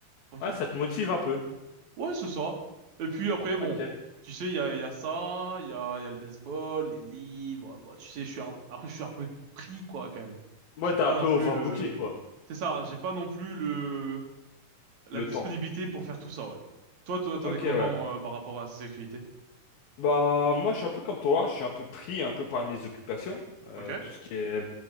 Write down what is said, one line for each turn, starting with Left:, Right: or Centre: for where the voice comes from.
Right: Tranquillou.
Left: Ouais, ça te motive un peu.
Right: Ouais, c'est ça. Et puis après, bon,
Left: Ok.
Right: tu sais, il y a, il y a ça, il y a, il y a le baseball, les livres. Bah, tu sais, je suis un... après, je suis un peu pris, quoi, quand même.
Left: Ouais,
Right: J'ai
Left: t'as
Right: pas
Left: un peu
Right: non
Left: overbooké,
Right: plus le.
Left: quoi.
Right: C'est ça, j'ai pas non plus le la
Left: Le
Right: disponibilité
Left: temps.
Right: pour faire tout ça, ouais. Toi, toi, t'en
Left: Ok,
Right: es comment
Left: ouais.
Right: euh, par rapport à ces activités?
Left: Bah, moi, je suis un peu comme toi. Je suis un peu pris un peu par mes occupations. Euh,
Right: Ok,
Left: tout ce qui est...